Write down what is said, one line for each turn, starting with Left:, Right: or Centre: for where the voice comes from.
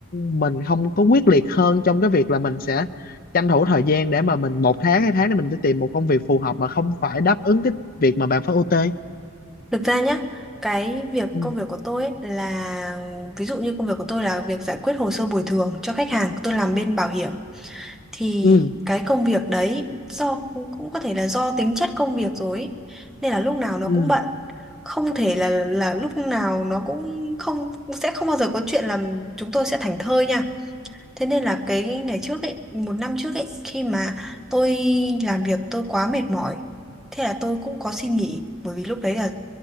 Left: mình không có quyết liệt hơn trong cái việc là mình sẽ tranh thủ thời gian để mà mình một tháng hai tháng để mình đi tìm một công việc phù hợp mà không phải đáp ứng cái việc mà bạn phải OT
Centre: Thực ra nhá, cái việc
Left: ừ
Centre: công việc của tôi ấy là ví dụ như công việc của tôi là việc giải quyết hồ sơ bồi thường cho khách hàng, tôi làm bên bảo hiểm thì
Left: ừ
Centre: cái công việc đấy do cũng cũng có thể là do tính chất công việc rồi ấy. Nên là lúc nào nó
Left: ừ
Centre: cũng bận. Không thể là là lúc nào nó cũng không sẽ không bao giờ có chuyện là chúng tôi sẽ thảnh thơi nha. Thế nên là cái ngày trước ấy, một năm trước ấy, khi mà tôi làm việc tôi quá mệt mỏi, thế là tôi cũng có xin nghỉ, bởi vì lúc đấy là